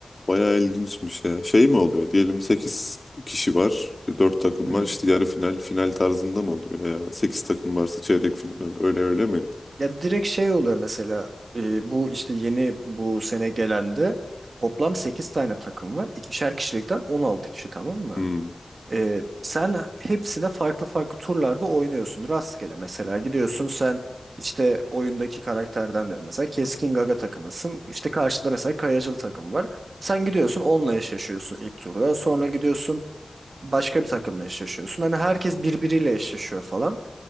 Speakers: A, on the left; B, on the right.
A: Bayağı ilginçmiş ya. Şey mi oluyor? Diyelim 8 kişi var. e, 4 takım
B: Hmm.
A: var. İşte yarı final, final tarzında mı oluyor? Veya 8 takım varsa çeyrek final. Öyle öyle mi?
B: Ya direkt şey oluyor mesela e, bu işte yeni bu sene gelende toplam 8 tane takım var. İkişer kişilikten 16 kişi tamam mı?
A: Hmm.
B: E, sen hepsine farklı farklı turlarda oynuyorsun. Rastgele mesela gidiyorsun sen işte oyundaki karakterden diyorum mesela Keskin Gaga takımısın. İşte karşıda mesela Kayacıl takım var. Sen gidiyorsun onunla eşleşiyorsun ilk turda. Sonra gidiyorsun başka bir takımla eşleşiyorsun. Hani herkes birbiriyle eşleşiyor falan.